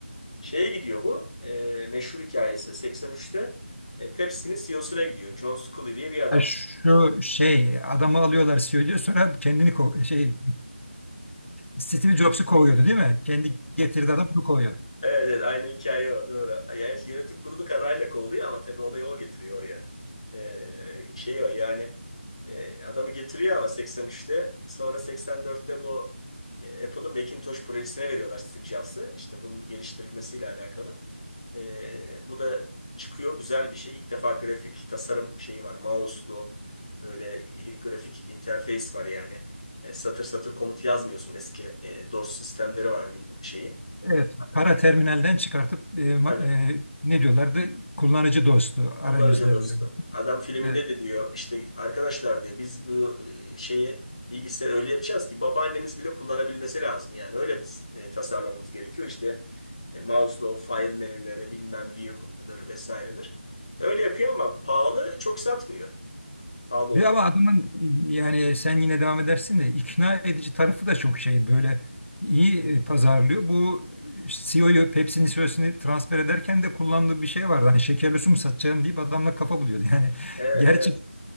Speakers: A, on the left; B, on the left.
A: Şeye gidiyor bu. E, meşhur hikayesi 83'te e, Pepsi'nin CEO'suna gidiyor. John Scully diye bir adam.
B: Ha, Şu şey adamı alıyorlar söylüyor sonra kendini ko- şey Steve Jobs'u kovuyordu değil mi? Kendi getirdi adam bunu kovuyor.
A: Evet, evet aynı hikaye o doğru. Yani işte yönetim kurulu kararıyla kovuluyor ama tabii olayı o getiriyor oraya. Ee, şey o yani e, adamı getiriyor ama 83'te sonra 84'te bu e, Apple'ın Macintosh projesine veriyorlar Steve Jobs'ı. İşte bunun geliştirilmesiyle alakalı. Ee, bu da çıkıyor güzel bir şey. İlk defa grafik tasarım şeyi var. Mouse'lu böyle grafik interface var yani. E, satır satır komut yazmıyorsun eski e, DOS sistemleri var Windows şeyin.
B: Evet,
A: e,
B: para terminalden çıkartıp e, ma-
A: Hani
B: e, ne diyorlardı? Kullanıcı dostu arayüzler
A: kullanıcı dostu.
B: diyor.
A: Adam filminde
B: Evet.
A: de diyor işte arkadaşlar diyor biz bu e, şeyi bilgisayarı öyle yapacağız ki babaannemiz bile kullanabilmesi lazım. Yani öyle biz, e, tasarlamamız gerekiyor. İşte e, mouse'la file menüleri bilmem view'dır vesairedir. Öyle yapıyor ama pahalı çok satmıyor. Pahalı olduğu
B: Bir ama
A: için.
B: adamın yani sen yine devam edersin de ikna edici tarafı da çok şey böyle iyi e, pazarlıyor. Bu CEO'yu Pepsi'nin CEO'sunu transfer ederken de kullandığı bir şey vardı. Hani şekerli su mu satacağım deyip adamla kafa buluyordu. <laughs> Yani
A: Evet
B: gerçi
A: evet.